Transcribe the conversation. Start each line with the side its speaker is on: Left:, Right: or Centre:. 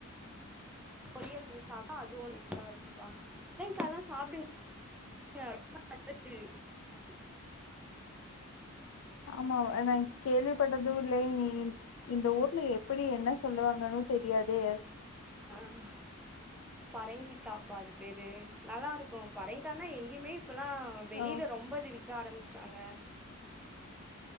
Centre: பொரியல் பண்ணி சாப்ட்டா அதுவு <unintelligible> இருக்குங்க்கா பரங்கிக்கா எல்லா சாப்டுவிங் <inaudible> <unintelligible>
Left: ஆமாவா நா கேள்விப்பட்டதும் இல்லை நீ இந்த ஊர்ல எப்படி என்ன சொல்லுவாங்கன்னு தெரியாதே
Centre: ஆஹ் பறங்கிக்காப்பா அது பேரு நல்லா ருக்கும் பறங்கிகானா எங்கேயுமே இப்பெல்லாம் வெளில
Left: ஓ
Centre: ரொம்ப <unintelligible> க்க ஆரம்பிஸ்ட்டாங்க